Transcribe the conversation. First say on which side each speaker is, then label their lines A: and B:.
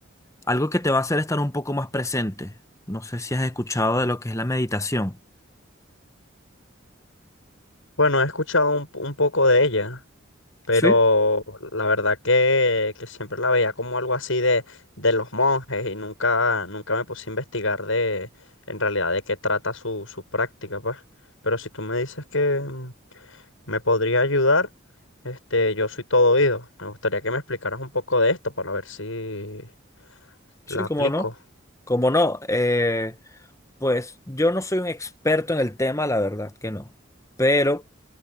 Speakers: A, on the left; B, on the left.
A: Algo que te va a hacer estar un poco más presente. No sé si has escuchado de lo que es la meditación.
B: Bueno, he escuchado un, un poco de ella. pero
A: Sí,
B: la verdad que, que siempre la veía como algo así de, de los monjes y nunca, nunca me puse a investigar de en realidad de qué trata su, su práctica, pues. Pero si tú me dices que mm, me podría ayudar, este, yo soy todo oído. Me gustaría que me explicaras un poco de esto para ver si
A: sí,
B: la
A: cómo
B: aplico.
A: no. Cómo no. Eh, pues yo no soy un experto en el tema, la verdad que no. Pero